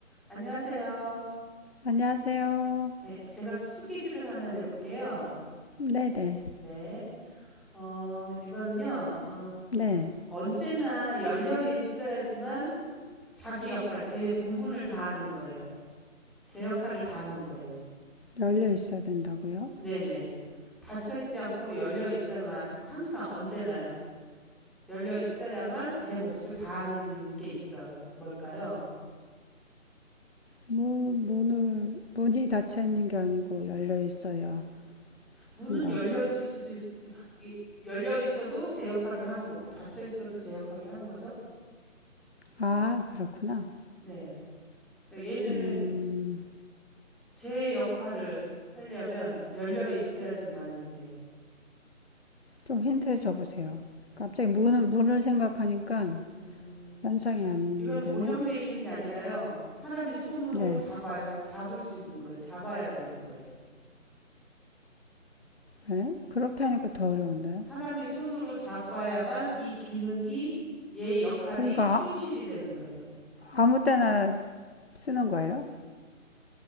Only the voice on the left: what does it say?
안녕하세요.
네네.
네.
열려 있어야 된다고요?
문, 문을, 문이 닫혀 있는 게 아니고 열려 있어야
한다고?
아, 그렇구나.
음,
좀 힌트 줘보세요. 갑자기 문을, 문을 생각하니까
연상이 안
되네?
네.
네? 그렇게 하니까 더 어려운데.
그, 이거
아,
아무 때나 쓰는 거예요?